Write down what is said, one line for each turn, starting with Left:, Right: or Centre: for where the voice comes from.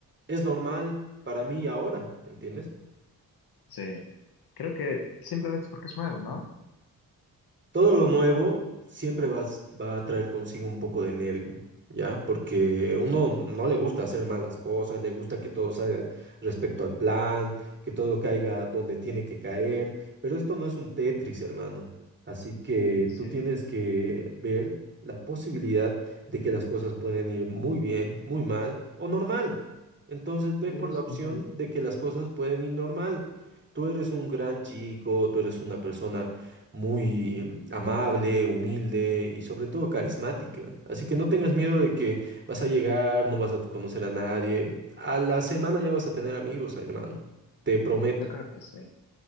Right: es normal para mí ahora, ¿entiendes?
Left: Sí, creo que simplemente es porque es nuevo, ¿no?
Right: Todo lo nuevo siempre vas- va a traer consigo un poco de nervio, ¿ya? Porque uno no le gusta hacer malas cosas, le gusta que todo salga respecto al plan, que todo caiga donde tiene que caer, pero esto no es un Tetris, hermano. Así que
Left: Dice,
Right: tú tienes que ver la posibilidad de que las cosas pueden ir muy bien, muy mal o normal. Entonces ve
Left: es
Right: por la opción
Left: también.
Right: de que las cosas pueden ir normal. Tú eres un gran chico, tú eres una persona muy amable, humilde y sobre todo carismática. Así que no tengas miedo de que vas a llegar, no vas a conocer a nadie. A la semana ya vas a tener amigos, hermano. Te prometo.
Left: Yo creo que sí.